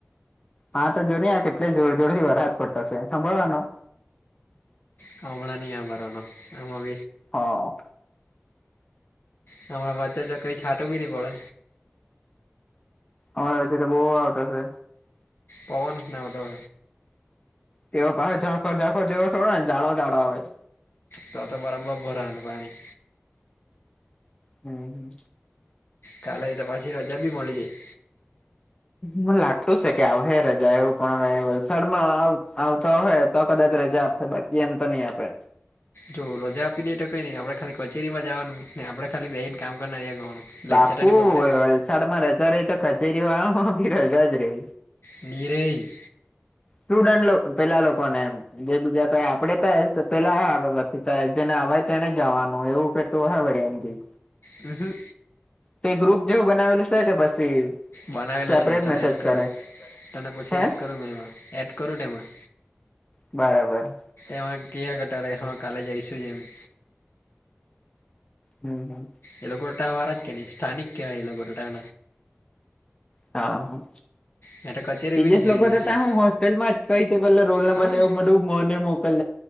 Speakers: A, on the left (about 25°); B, on the left (about 65°).
A: હા તો જોુન આ કેટલે જોર જોર થી વરાહદ પતાશે સાંભળવાનો
B: હણા ન આ ભવાનું એમાં
A: હા
B: હરા બ તો કઈ છાંટું બી નઈ પડે
A: હા હછી તો બહુ આવતો હશે.
B: પવન નાવટય
A: તે પાસે ઝંખર ઝંકર જેવાોડો ને જાડો જાડો આવે.
B: તો તો બરાબર ભરાનું પાણી.
A: હમ હમ.
B: કાલે તો પાછી રજા બી મળી જાય.
A: હને લાગતું છે કે હ રજા એવું પણ હવે વલસાડમાં આવતા હોય. તો કદાચ રજા આપે બાકી એમ તો નહી આપે.
B: જો રજા આપી દે તો કઈ ન આપણે ખાલી કચેરીમાં જવાનું ને આપણેેા બેસીને કામ કરનાર ગવાનું. લેક્ચર
A: બાપુ
B: તો નહીં બગડે
A: વલસાડમાં રજા રહી તો કચેરી વાળામાં ભી રજા જ રહે.
B: નિરેઈ.
A: સ્ટુડન્ટ પેલા લોકોને એમ. જે બીજા કઈ આપડે તો પેલા જેને અવાય તેને જવાનું એવું કાઈ. તો હાવાય એમથી.
B: હમ હમ.
A: તે ગ્રુપ જેવું બનાવેલું છે કે પછી.
B: બનાવેલું
A: સેપરેટ
B: છે
A: મેસેજ
B: તને એડ
A: કરે
B: કરું તને પછી
A: હે
B: એડ કરું મે એમાં એડ કરું એમા.
A: બરાબર.
B: એમાં કીઆ ઘટાડે હા કાલે જઈશું એમ.
A: હમ હમ.
B: એ લોકોગા વારત કે નહી સ્થાનિક ક્યા એ લોકોટા.
A: હા હા.
B: મેં તો કચેરી
A: એજસ
B: બી નહીં જોયેલી
A: લોકો હતા
B: હતી
A: ત હું હોસ્ટેલ માં જ કઈ ત પેલે રોલ નંબર
B: હા
A: એવું બધુ. મોને મોકલ